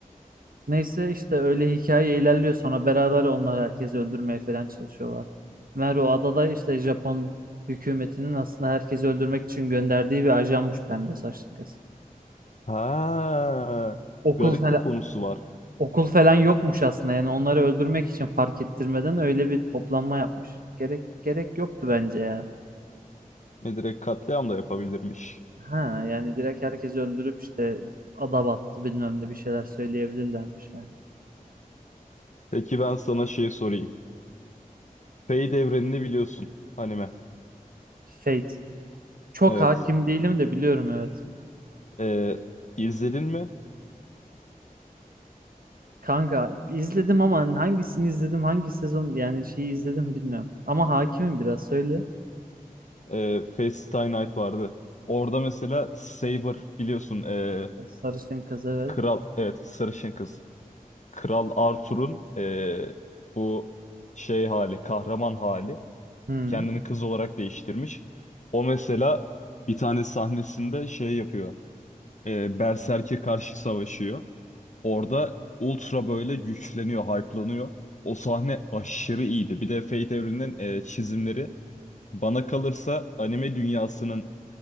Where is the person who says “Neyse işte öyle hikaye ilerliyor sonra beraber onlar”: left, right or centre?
Right